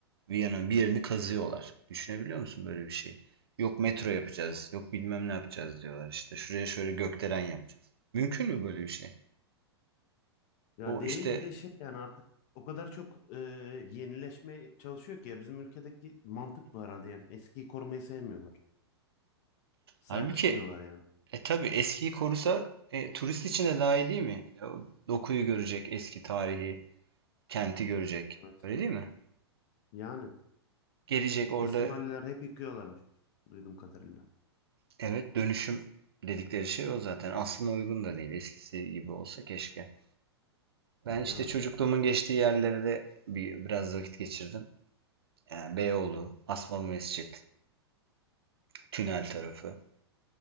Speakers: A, on the right; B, on the left.
A: Viyana'nın bir yerini kazıyorlar. Düşünebiliyor musun böyle bir şey? Yok metro yapacağız, yok bilmem ne yapacağız diyorlar. İşte şuraya şöyle gökdelen yapacağız. Mümkün mü böyle bir şey?
B: Ya
A: O
B: değil
A: işte
B: bir de şey yani artık o kadar çok eee yenileşmeye çalışıyor ki ya bizim ülkedeki mantık bu herhalde yani eskiyi korumayı sevmiyorlar. Sahip
A: halbuki
B: çıkmıyorlar yani.
A: e tabii eskiyi korusa e, turist için de daha iyi değil mi? E, o dokuyu görecek, eski tarihi, kenti görecek.
B: Evet.
A: Öyle değil mi?
B: Yani
A: Gelecek orada
B: eski mahalleler hep yıkıyorlarmış duyduğum kadarıyla.
A: evet dönüşüm dedikleri şey o zaten. Aslına uygun da değil. Eskisi gibi olsa keşke. Ben işte
B: Evet.
A: çocukluğumun geçtiği yerlerde bir, biraz vakit geçirdim. Yani Beyoğlu, Asmalı Mescit, Tünel tarafı.